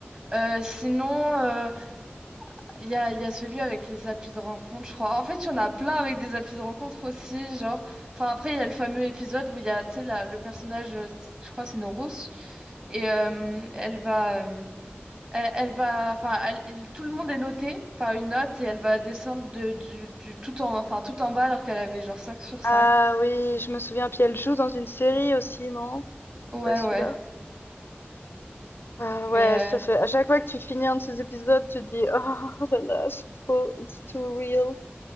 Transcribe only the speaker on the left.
Mmh
Ah oui, je me souviens, puis elle joue dans une série aussi, non?
C'est pas celui-là?
Ah ouais,
ça fait à chaque fois que tu finis un de ces épisodes, tu te dis: «Oh là là, c'est trop it's too real».